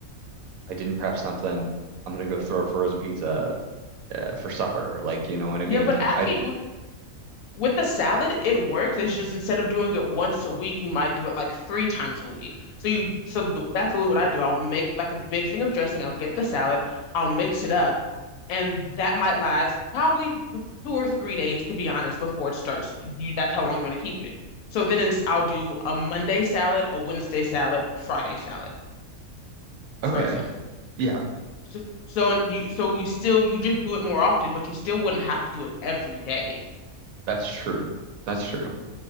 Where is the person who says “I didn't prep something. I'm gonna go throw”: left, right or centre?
Right